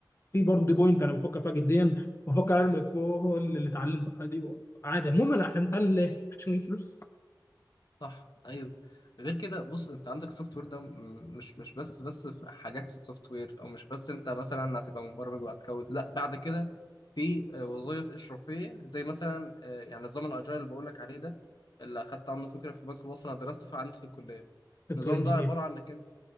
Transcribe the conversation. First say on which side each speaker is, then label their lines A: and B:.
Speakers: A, on the left; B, on the left.
A: في برضه دي بوينت انا بفكر فيها جديا بفكر ارمي كل اللي اتعلمته دي عادي عموما انا- احنا بنتعلم ليه؟ عشان نجيب فلوس
B: صح ايوه غير كده بص انت عندك السوفت وير ده م- مش مش بس بس في حاجات في السوفت وير او مش بس انت مثلا هتبقى مبرمج وهتكود لا بعد كده في وظائف اشرافيه زي مثلا آه، يعني نظام الاجايل اللي بقول لك عليه ده اللي اخدت عنه فكره في بنك مصر انا درست فيه عندي في الكليه
A: سوفت
B: النظام
A: وير انجينير
B: ده عباره عن انك انت